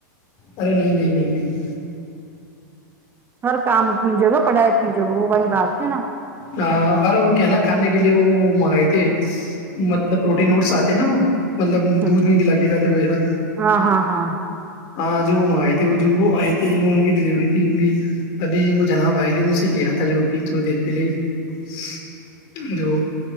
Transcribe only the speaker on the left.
ارے نہیں نہیں نہیں نہیں گ
آ، ارے وہ کیا نا کھانے لیے وہ منگائے تھے مطلب پروٹین ووٹس آتے نا وہ مطلب دودھ
نہیں گلا کے کا تھے و تھا
اں جو وہ منگائے تھے وہ آئے تھے جو ان کی ڈلیوری تھی ابھی وہ جناب آئی تھی ان سے لیا تھا جو ابھی تھوڑی دیر پہلے ہی جو